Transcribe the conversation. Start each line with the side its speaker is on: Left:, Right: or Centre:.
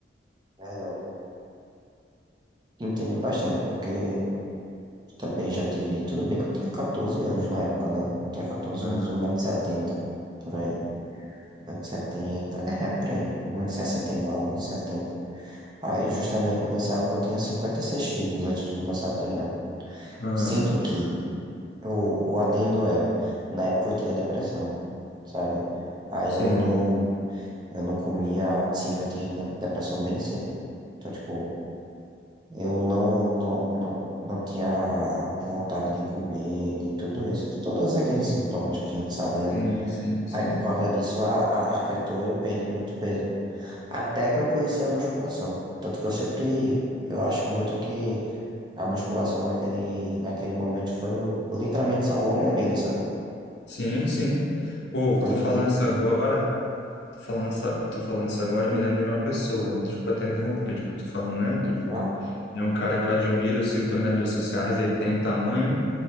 Right: verdade. Entendo bastante, porque também já tive. Tudo bem que eu tinha 14 anos na época, né? Eu tinha 14
Left: Aham,
Right: anos e 170 setenta por aí. 170 setenta é, por aí. 1,69m, 170 setenta Aí, justamente nessa época, eu tinha 56 quilos antes de começar a treinar.
Left: aham.
Right: Sendo que o, o adendo era, na época eu tinha depressão, sabe? Aí
Left: Sim,
Right: eu não, eu não comia, sim, eu tive depressão bem cedo. Então, tipo. Eu não, não, não, não tinha vontade de comer, de tudo isso. Todos aqueles sintomas que a gente sabe,
Left: sim,
Right: né?
Left: sim, sim.
Right: Aí por causa disso a, a- afetou e eu perdi muito peso. Até que eu conheci a musculação. Tanto que eu sempre, eu acho muito que a musculação naquele, naquele momento foi o, literalmente salvou minha vida, sabe?
Left: Sim, sim. Ou,
Right: Foi
Left: tô
Right: incrível.
Left: falando isso agora, tô falando isso, tô falando isso agora, me lembro de uma pessoa. Desculpa até interromper, tipo, tô falando, né? Tipo,
Right: Ah,
Left: é um cara que eu admiro, eu sigo também nas redes sociais, ele tem um tamanho